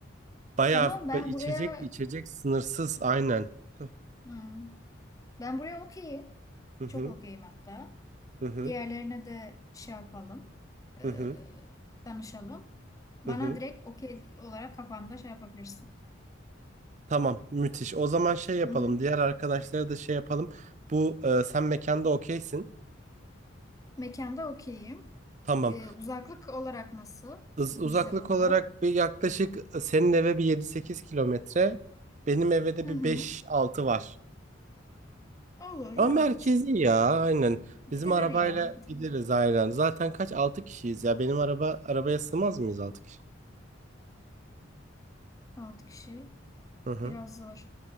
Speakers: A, on the right; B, on the left.
A: Bayağı
B: Tamam ben
A: ba- içecek
B: buraya
A: içecek sınırsız aynen. Hı
B: hı, ben buraya okeyim.
A: hı
B: Çok okeyim hatta.
A: hı hı
B: Diğerlerine de şey yapalım. e,
A: hı hı.
B: danışalım. Bana
A: hı hı.
B: direkt okey olarak kafanda şey yapabilirsin.
A: Tamam müthiş. O zaman şey yapalım
B: Hı hı.
A: diğer arkadaşlara da şey yapalım. Bu e, sen mekanda okeysin.
B: Mekanda okeyim.
A: Tamam.
B: E, uzaklık olarak nasıl?
A: Uz- uzaklık
B: Bize burada.
A: olarak bir yaklaşık e, senin eve bir yedi sekiz kilometre. Benim eve de
B: Hı
A: bir
B: hı.
A: beş altı var.
B: Olur
A: Ama
B: rahat.
A: merkezi ya aynen. Bizim
B: Gidilir
A: arabayla
B: ya, gidilir.
A: gideriz aynen. Zaten kaç? altı kişiyiz ya. Benim araba arabaya sığmaz mıyız 6 kişi?
B: Altı kişi
A: Hı hı.
B: biraz zor.